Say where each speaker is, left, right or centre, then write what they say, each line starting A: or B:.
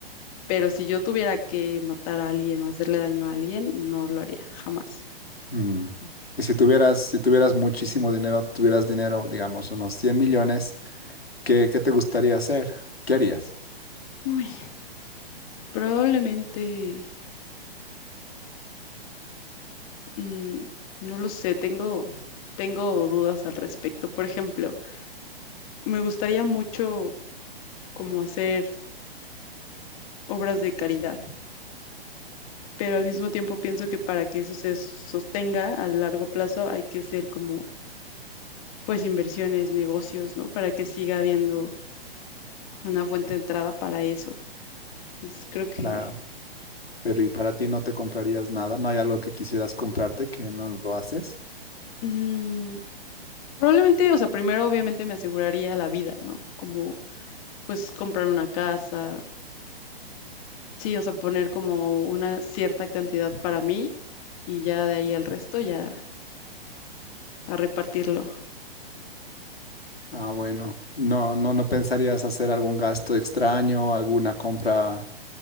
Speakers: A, on the left (about 35°); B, on the left (about 75°).
A: pero si yo tuviera que matar a alguien o hacerle daño a alguien, no lo haría, jamás.
B: mm, Y si tuvieras, si tuvieras muchísimo dinero, tuvieras dinero, digamos, unos 100 millones, ¿qué, qué te gustaría hacer? ¿Qué harías?
A: Uy, probablemente. Mm, no lo sé, tengo, tengo dudas al respecto. Por ejemplo, me gustaría mucho como hacer obras de caridad, pero al mismo tiempo pienso que para que eso se sostenga a largo plazo hay que hacer como pues inversiones, negocios, ¿no? Para que siga habiendo una fuente de entrada para eso. Entonces creo que
B: Claro. Pero ¿y para ti no te comprarías nada? ¿No hay algo que quisieras comprarte que no lo haces?
A: mm, probablemente, o sea, primero obviamente me aseguraría la vida, ¿no? Como pues comprar una casa Sí, o sea, poner como una cierta cantidad para mí y ya de ahí al resto ya a repartirlo.
B: Ah, bueno. No, no, no pensarías hacer algún gasto extraño, alguna compra